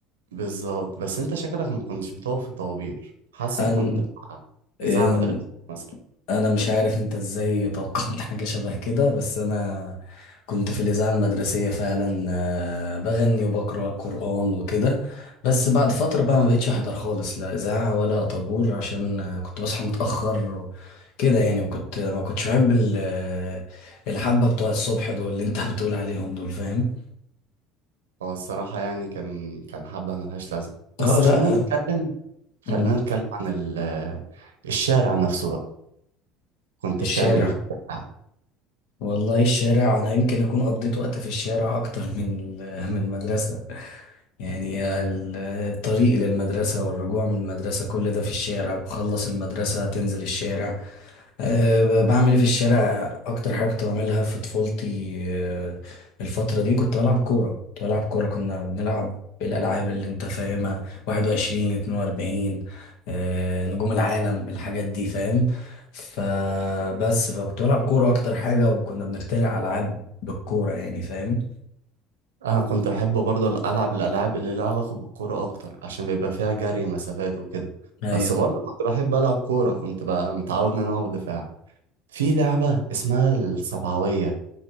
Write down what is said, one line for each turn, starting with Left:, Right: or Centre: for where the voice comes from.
Right: بالظبط بس انت شكلك ما كنتش بتقف في طوابير حاسك
Left: أن...
Right: كنت بتاع
Left: أن...
Right: إذاعة مدرسية مثلا
Left: انا مش عارف انت ازاي توقعت <laughs> حاجة شبه كده بس انا كنت في الإذاعة المدرسية فعلا آه، بغني وبقرأ قرآن وكده بس بعد فترة بقى ما بقتش أحضر خالص لا إذاعة ولا طابور عشان آه، كنت بصحى متأخر و- كده يعني وكنت ما كنتش بحب ال- آه، الحبة بتوع الصبح دول اللي انت <laughs> بتقول عليهم دول فاهم
Right: هو الصراحة يعني كان كان حبة ملهاش لازمة بس
Left: اه لا
Right: خلينا نتكلم خلينا
Left: مم.
Right: نتكلم عن ال- الشارع نفسه بقى كنت
Left: الشارع
Right: بتعمل ايه في الشارع؟
Left: والله الشارع انا يمكن اكون قضيت وقت في الشارع اكتر من ال- <laughs> من المدرسه يعني ال- الطريق للمدرسه والرجوع من المدرسه كل ده في الشارع بخلص المدرسه تنزل الشارع أه بعمل ايه في الشارع اكتر حاجه كنت بعملها في طفولتي أه الفتره دي كنت بلعب كوره كنت بلعب كوره كنا بنلعب الالعاب اللي انت فاهمها 21 42 أه نجوم العالم الحاجات دي فاهم فبس فكنت بلعب كوره اكتر حاجه وكنا بنخترع العاب بالكوره يعني فاهم
Right: انا كنت بحب برضه العب الالعاب اللي لها علاقه بالكوره اكتر عشان بيبقى فيها جري مسافات وكده
Left: ايوه
Right: بس برضه كنت بحب العب كوره كنت بقى متعود ان انا اقف دفاع في لعبه اسمها السبعويه